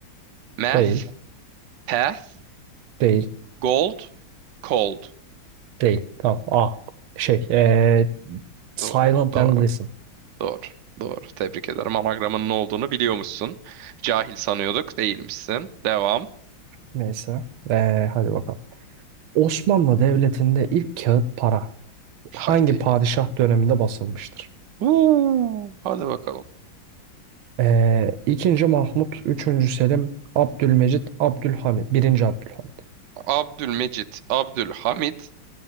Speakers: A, on the right; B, on the right.
A: Math,
B: Değil.
A: path.
B: Değil.
A: Gold, cold.
B: Değil. Tamam. A. Şey. eee, silent
A: Doğru, doğru,
B: and listen.
A: doğru, doğru. Tebrik ederim. Anagramın ne olduğunu biliyormuşsun. Cahil sanıyorduk, değilmişsin. Devam.
B: Neyse. Eee, hadi bakalım. Osmanlı Devleti'nde ilk kağıt para
A: Haydi.
B: hangi padişah döneminde basılmıştır?
A: Huu, hadi bakalım.
B: Ee, ikinci Mahmut, üçüncü Selim, Abdülmecit, Abdülhamid, birinci Abdülhamid.
A: Abdülmecit, Abdülhamid.